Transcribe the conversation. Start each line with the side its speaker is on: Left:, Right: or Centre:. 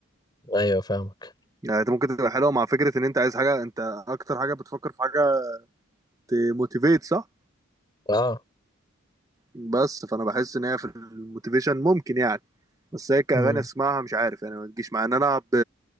Left: ايوه فاهمك
Right: يعني انت ممكن تبقى حلوه مع فكره ان انت عايز حاجه انت اكتر حاجه بتفكر في حاجه تموتيفيت صح
Left: اه
Right: بس فانا بحس ان هي في الموتيفيشن ممكن يعني بس هي كأغاني
Left: امم
Right: اسمعها مش عارف يعني ما تجيش مع ان انا ب...